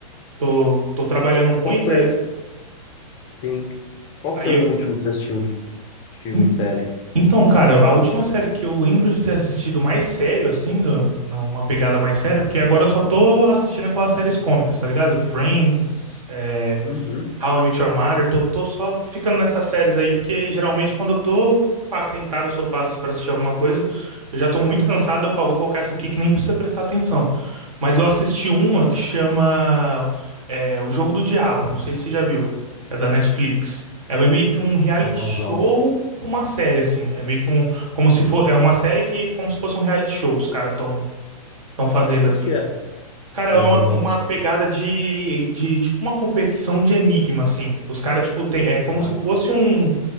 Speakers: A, on the right (about 60°); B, on the left (about 25°).
A: Tô, tô trabalhando
B: É,
A: muito,
B: qual foi,
A: é,
B: sim, qual
A: aí
B: foi
A: eu.
B: o último que você assistiu de, de filme
A: En-
B: e série?
A: Então, cara, a última série que eu lembro de ter assistido mais sério, assim, no- numa pegada mais séria, porque agora eu só tô assistindo aquelas séries cômicas, tá ligado? Friends, é,
B: Uhum.
A: How I Met Your Mother, tô, tô só ficando nessas séries aí, porque geralmente quando eu tô pra sentar no sofá assim pra assistir alguma coisa, eu já tô muito cansado, eu falo, vou colocar essa aqui que nem precisa prestar atenção. Mas eu assisti uma que chama é, O Jogo do Diabo, não sei se você já viu, é da Netflix. É meio que um reality
B: Não,
A: show
B: não.
A: com uma série, assim, é meio que um, como se for, é uma série que, como se fosse um reality show, os caras tão, tão fazendo
B: Como
A: assim.
B: que é?
A: Cara,
B: Mais
A: é uma,
B: ou menos.
A: uma pegada de, de, tipo, uma competição de enigma, assim. Os caras, tipo, tem, é como
B: Ah,
A: se
B: sim.
A: fosse um,